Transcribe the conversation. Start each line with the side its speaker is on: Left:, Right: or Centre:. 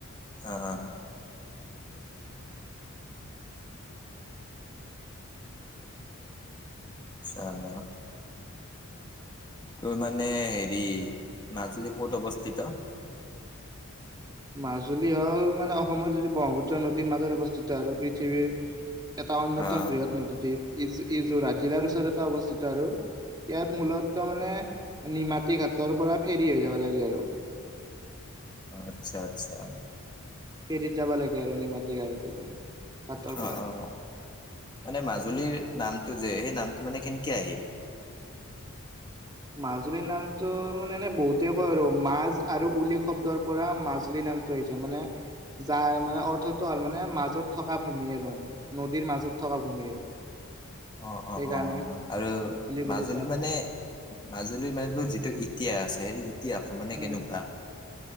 Left: অ <unintelligible> আহ <unintelligible> তোৰ মানে হেৰি নাজুলী ক'ত অৱস্থিত?
Right: মাজুলী হ'ল মানে অসমৰ যদি ব্ৰহ্মপুত্ৰ নদীৰ মাজত অৱস্থিত আৰু পৃথিৱীৰ এটা অন্যতম
Left: আহ
Right: বৃহৎ নদীদ্বীপ ই <unintelligible> ই ই যোৰহাত জিলাৰ ওচৰতে অৱস্থিত আৰু। ইয়াত মূলত মানে নিমাতীঘাটৰ পৰা ফেৰী হৈ যাব লাগে আৰু।
Left: আচ্ছা-আচ্ছা।
Right: ফেৰীত যাব লাগে আৰু নিমাতী ঘ হাতৰ
Left: অ
Right: পৰা। <inaudible>
Left: অ মানে মাজুলীৰ নামটো যে সেই নামটো মানে কেনকে আহিল?
Right: মাজুলীৰ নামটো মানে এনে বহুতে কয় আৰু মাজ আৰু উলী শব্দৰ পৰা মাজুলী নাম নামটো আহিছে মানে <inaudible> যাৰ মানে অৰ্থটো হ'ল মানে মাজত থকা ভূমি আৰু মানে নদীৰ মাজত থকা ভূমি আৰু।
Left: অ অ
Right: সেইকাৰণে
Left: অ আৰু
Right: বুলি
Left: মাজুলী
Right: কোৱা হয়
Left: মানে মাজুলীৰ মানে যিটো ইতিহাস আছে সেই ইতিহাস মানে
Right: উম
Left: কেনেকুৱা?